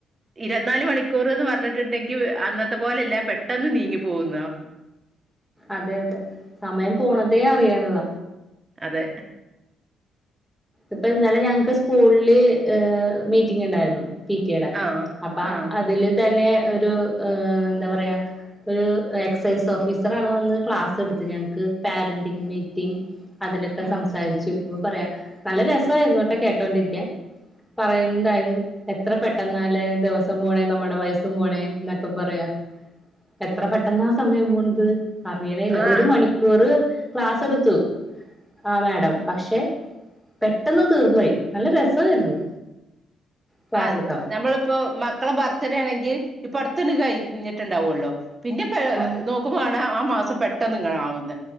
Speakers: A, on the right; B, in the centre.
A: ഇരുപത്തിനാല് മണിക്കൂർന്ന് പറഞ്ഞിട്ടുണ്ടെങ്കി അന്നത്തെ പോലെല്ല പെട്ടെന്ന് നീങ്ങി പോകുന്നോ
B: അതെ അതെ സമയം പോണതേ അറിയാണില്ല
A: അതെ
B: ഇപ്പ ഇന്നലെ ഞങ്ങൾക്ക് സ്കൂളില് മീറ്റിംഗ് ഉണ്ടായിരുന്നു പിറ്റടാ
A: ആഹ്
B: അപ്പൊ
A: ആഹ്
B: അതില് തന്നെ ഒരു എന്താ പറയാ ഒരു എക്സൈസ് ഓഫീസറ ആണ് വന്ന് ക്ലാസ് എടുത്ത് ഞങ്ങക്ക് പാരന്റങ് മീറ്റിംഗ് അതിലൊക്കെ
A: ഉം
B: സംസാരിച്ചു അപ്പൊ പറയാ നല്ല രസമായിരുട്ടോ കേട്ടോണ്ടിരിക്കൻ പറയണ്ടാരുന്ന് എത്ര പെട്ടെന്നാല്ലേ ദിവസം പോണെ നമ്മുടെ വയസ്സും പോണെ എന്നൊക്കെ പറയാ എത്ര പെട്ടെന്നാ സമയം പോണത് അറിയണേല്ല
A: ആഹ്
B: ഒരു മണിക്കൂറ് ക്ലാസ് എടുത്തു ആ മാഡം പക്ഷെ പെട്ടെന്ന് തീർന്നോയി നല്ല രസമായിരുന്നു ക്ലാസ്സൊക്കാവും
A: ആഹ് നമ്മളിപ്പോ മക്കളെ ബർത്ത്ഡേ ആണെങ്കിൽ ഇപ്പ അടുത്തണ്ട് കഴിഞ്ഞിട്ടുണ്ടാവല്ലോ പിന്നെ പ
B: ഉം
A: നോക്കുമ്പോആണ് ആ മാസം പെട്ടെന്ന് ഇങ്ങ ആവുന്നത്